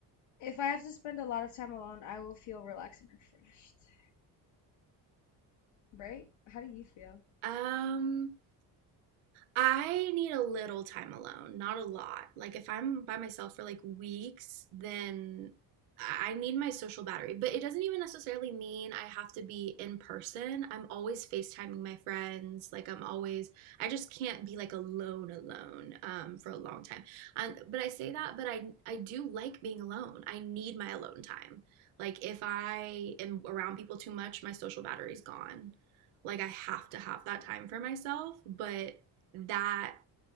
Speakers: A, on the left (about 75°); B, on the right (about 75°).
A: If I have to spend a lot of time alone, I will feel relaxed and refreshed. Right? How do you feel?
B: Um. I need a little time alone, not a lot. Like if I'm by myself for like weeks, then I need my social battery. But it doesn't even necessarily mean I have to be in person. I'm always FaceTiming my friends. Like I'm always I just can't be like alone alone um, for a long time. Um, but I say that, but I I do like being alone. I need my alone time. Like if I am around people too much, my social battery's gone. Like I have to have that time for myself, but that